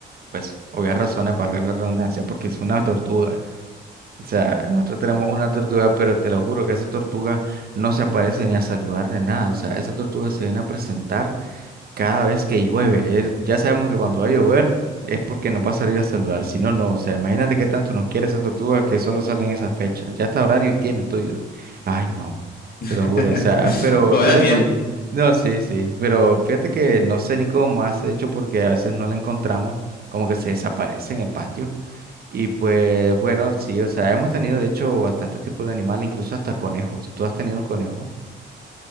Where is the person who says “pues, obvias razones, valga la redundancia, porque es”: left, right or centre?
Right